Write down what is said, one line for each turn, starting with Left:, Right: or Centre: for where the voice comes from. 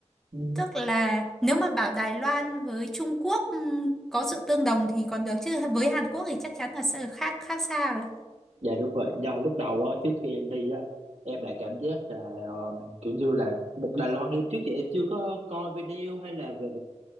Right: không
Centre: tức là nếu mà bảo Đài Loan với Trung Quốc ừm, có sự tương đồng thì còn được chứ với Hàn Quốc thì chắc chắn là sẽ khác khác xa rồi
Right: Dạ đúng vậy, do lúc đầu á, trước khi em đi á, em lại cảm giác là um, kiểu như là một Đài Loan em trước giờ em chưa có coi video hay là về